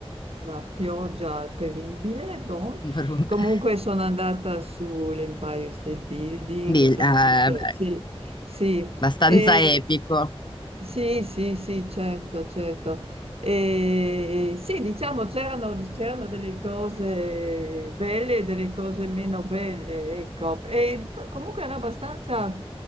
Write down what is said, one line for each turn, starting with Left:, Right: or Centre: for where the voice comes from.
Right: una pioggia terribile. boh.
Left: Bru-
Right: Comunque
Left: <laughs>
Right: sono andata sull'Empire State Building,
Left: Bil-
Right: insomma,
Left: eh,
Right: ho visto,
Left: beh,
Right: sì, sì.
Left: abbastanza
Right: E-
Left: epico.
Right: sì, sì, sì, certo, certo. E sì, diciamo, c'erano c'erano delle cose belle e delle cose meno belle, ecco. E co- comunque era abbastanza,